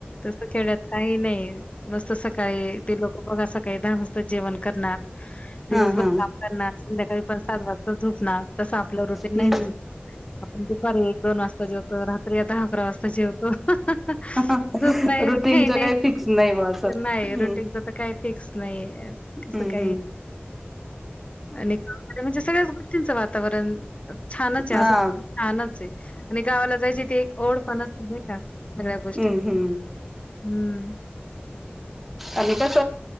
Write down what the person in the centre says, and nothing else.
हा हा
हम्म
हम्म
रुटीनच
फिक्स नाही बा असं
हम्म
हम्म
हम्म
हा
हा
हम्म हम्म
आणि कस